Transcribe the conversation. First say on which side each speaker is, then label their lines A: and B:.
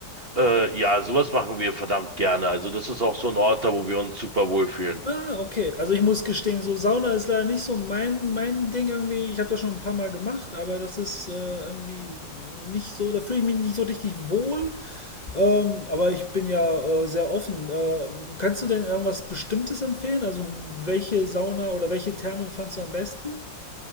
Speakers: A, on the right; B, on the left.
A: Äh, ja, sowas machen wir verdammt gerne. Also das ist auch so ein Ort, da wo wir uns super wohlfühlen.
B: Ah, okay. Also ich muss gestehen, so Sauna ist leider nicht so mein, mein Ding irgendwie. Ich habe das schon ein paar Mal gemacht, aber das ist äh, irgendwie nicht so, da fühle ich mich nicht so richtig wohl. Ähm, aber ich bin ja äh, sehr offen. Äh, kannst du denn irgendwas Bestimmtes empfehlen? Also welche Sauna oder welche Therme fandst du am besten?